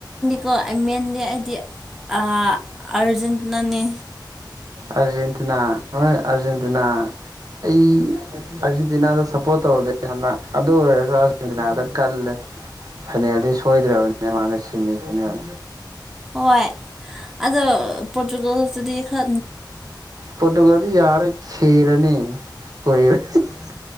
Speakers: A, in the centre; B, on the right.
A: ꯀꯣ ꯃꯦꯟꯗꯤ ꯑꯩꯗꯤ ꯑ ꯑꯥꯔꯖꯦꯟꯇꯤꯅꯥꯅꯦ
B: ꯑꯔꯖꯦꯟꯇꯤꯅꯥ ꯍꯣꯏ ꯑꯔꯖꯦꯟꯇꯤꯅꯥ ꯑꯩ ꯑꯔꯖꯦꯟꯇꯤꯅꯥꯗ ꯁꯞ ꯄꯣꯠ ꯇꯧꯗꯦ ꯍꯟꯗꯛ ꯑꯗꯨ ꯑꯣꯏꯔꯁꯨ ꯑꯥꯔꯖꯦꯟꯇꯤꯅꯥꯗ ꯀꯜꯂꯦ ꯐꯥꯏꯅꯦꯜꯗꯤ ꯁꯣꯏꯗ꯭ꯔꯕꯅꯦ ꯃꯥ ꯑ ꯁꯤꯟꯃꯤ ꯐꯅ꯭ꯌꯥꯝ
A: ꯍꯣꯏ ꯑꯗꯣ ꯄꯣꯇꯨꯒꯜꯁꯇꯗꯤ ꯈ꯭ꯔ
B: ꯄꯣꯔꯇꯨꯒꯜꯗꯤ ꯌꯔꯔꯣꯏ ꯁꯤꯔꯅꯤ ꯀꯨꯏꯔꯦ <unintelligible>